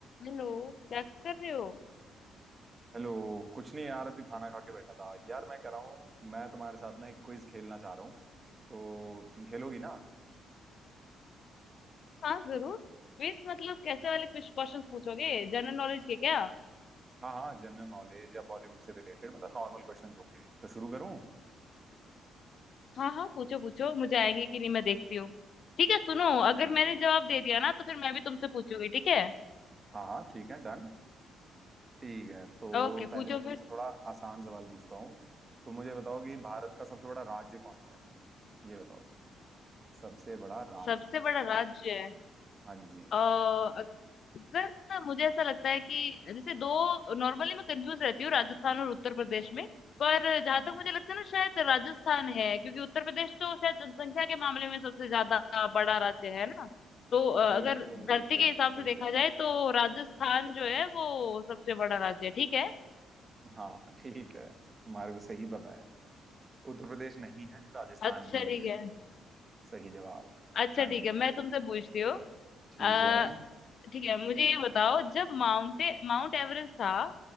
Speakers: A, on the left; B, on the right.
A: हेलो क्या कर रहे हो
B: Hello कुछ नहीं यार अभी खाना खा के बैठा था यार मैं कह रहा हूँ मैं तुम्हारे साथ ना एक क्विज खेलना चाह रहा हूँ तो तुम खेलोगी ना
A: हाँ जरूर क्विज मतलब कैसे वाले कुछ क्वेश्चंस पूछोगे जनरल नॉलेज के क्या
B: हाँ हाँ जनरल नॉलेज या बॉलीवुड से रिलेटेड मतलब नॉर्मल क्वेश्चंस होंगे तो शुरू करूँ
A: हाँ हाँ पूछो पूछो मुझे आएंगे कि नहीं मैं देखती हूँ ठीक है सुनो अगर
B: ठीक
A: मैंने
B: है
A: जवाब दे दिया ना तो फिर मैं भी तुमसे पूछूंगी ठीक है
B: हाँ हाँ ठीक है डन ठीक है तो
A: ओके
B: पहले
A: पूछो
B: मैं तुमसे
A: फिर
B: थोड़ा आसान सवाल पूछता हूँ तो मुझे बताओ कि भारत का सबसे बड़ा राज्य कौन सा है ये बताओ सबसे बड़ा राज्य
A: सबसे बड़ा राज्य
B: हाँ जी
A: अ, अगर ना मुझे ऐसा लगता है कि जैसे दो नॉर्मली मैं कंफ्यूज रहती हूँ राजस्थान और उत्तर प्रदेश में पर जहां
B: हम्म।
A: तक मुझे लगता है ना शायद राजस्थान है क्योंकि उत्तर प्रदेश तो शायद जनसंख्या के मामले में सबसे ज्यादा बड़ा राज्य है ना तो अ,
B: बिल्कुल
A: अगर धरती
B: बिल्कुल
A: के हिसाब
B: सही
A: से देखा
B: जवाब
A: जाए तो राजस्थान जो है वो सबसे बड़ा राज्य है ठीक है
B: हाँ ठीक है तुम्हारे को सही पता है उत्तर प्रदेश नहीं है राजस्थान
A: अच्छा
B: ही
A: ठीक
B: है
A: है
B: सही जवाब
A: अच्छा
B: हाँ
A: ठीक
B: जी
A: है मैं तुमसे पूछती हूँ
B: ठीक
A: अ,
B: है
A: ठीक है मुझे ये बताओ जब माउंटे माउंट एवरेस्ट था